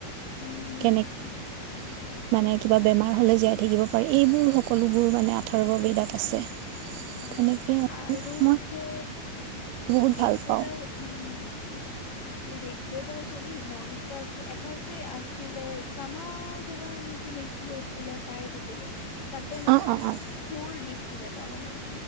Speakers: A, on the left (about 45°); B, on the right (about 85°).
A: উম,
B: কেনেক মানে কিবা বেমাৰ হলে জীয়াই থাকিব পাৰে এইবোৰ সকলোবোৰ মানে অদ্ধৰ্ব বেদাত আছে।
A: অ',
B: তেনেকেই
A: আৰু
B: মই
A: যে
B: বহুত
A: ঋক
B: ভাল পাওঁ।
A: বেদাৰ উম ঋকবেদাৰ যদি মন্ত্ৰা এটা যে আছিলে <unintelligible> নেকি নেকি আছিলো পাই থাকিলো। তাতে মানে
B: অ অ অ
A: সুৰ দিছিলে তাৰ‌ মানে